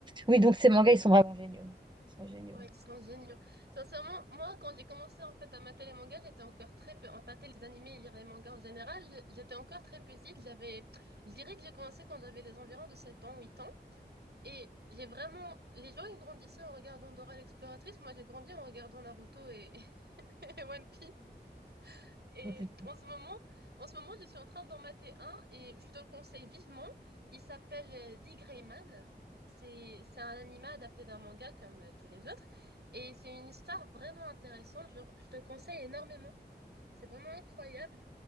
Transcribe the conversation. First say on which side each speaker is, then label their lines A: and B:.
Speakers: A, on the right; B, on the right.
A: Oui, donc ces mangas, ils sont vraiment géniaux. Ils sont géniaux.
B: ouais, ils sont géniaux. Sincèrement, moi, quand j'ai commencé en fait à mater les mangas, j'étais encore très peu, à mater les animés et lire les mangas en général, j'étais encore très petite. J'avais, je dirais que j'ai commencé quand j'avais les environs de 7 ans, 8 ans. Et j'ai vraiment... Les gens, ils grandissaient en regardant Dora l'exploratrice. Moi, j'ai grandi en regardant Naruto et... <laughs> et One Piece. Et
A: Donc, t'es-
B: en ce moment, en ce moment, je suis en train d'en mater un et je te le conseille vivement. Il s'appelle euh, The Gray Man. C'est c'est un anime adapté d'un manga comme euh, tous les autres. Et c'est une histoire vraiment intéressante. Je, je te le conseille énormément. C'est vraiment incroyable.